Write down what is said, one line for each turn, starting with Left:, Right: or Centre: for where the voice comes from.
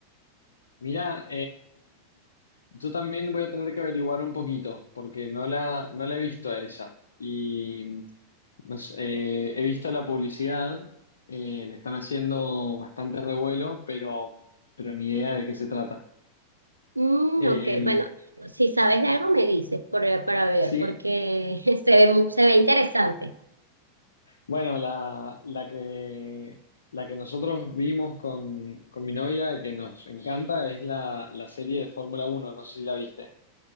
Left: mira, yo también voy a tener que averiguar un poquito, porque no la, no la he visto a esa, y no sé, eh, he visto la publicidad, eh, le están haciendo bastante revuelo, pero, pero ni idea de qué se trata.
Right: Mm,
Left: Em,
Right: ok, bueno, si sabes de algo me dices por- para ver,
Left: sí.
Right: porque <laughs> se ve, mu- se ve interesante.
Left: Bueno, la, la que, la que nosotros vimos con, con mi novia y que nos encanta es la, la serie de Fórmula Uno. no sé si la viste.